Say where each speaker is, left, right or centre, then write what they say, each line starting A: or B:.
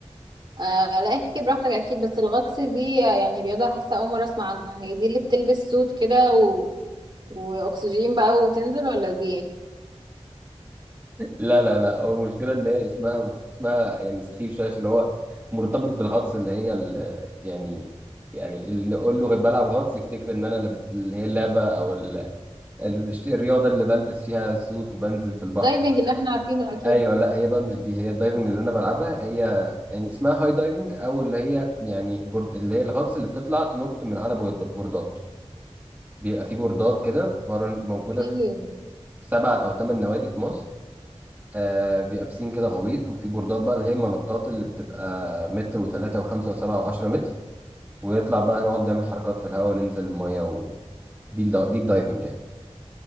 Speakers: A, on the right; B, on the right.
A: آه لا احكي براحتك اكيد بس الغطس دي يعني رياضه حاسه اول مره اسمع عنها هي دي اللي بتلبس سوت كده و... واكسجين بقى وتنزل ولا دي
B: لا لا لا هو المشكلة إن هي اسمها مخ... اسمها يعني سخيف شوية عشان هو مرتبط بالغطس اللي هي ال... يعني يعني اللي نقول له بلعب غطس يفتكر إن أنا اللي اللي هي اللعبة أو ال... ال- الرياضة اللي بلبس فيها سوت وبنزل في البحر
A: الدايفنج
B: وكده.
A: اللي احنا عارفينه اكيد
B: أيوه لا هي بقى مش دي هي الدايفنج اللي أنا بلعبها هي يعني اسمها هاي دايفنج أو اللي هي يعني بورد... اللي هي الغطس اللي بتطلع تنط من على بورد- بوردات بيبقى في بوردات كده بره موجودة
A: في
B: في سبع أو ثمان نوادي في مصر آه بيبقى بسين كده غويط وفي بوردات بقى اللي هي المنطات اللي بتبقى متر وتلاتة وخمسة وسبعة وعشرة متر ونطلع بقى نقعد نعمل حركات في الهواء وننزل المية و... دي الدا... دي الدايفنج يعني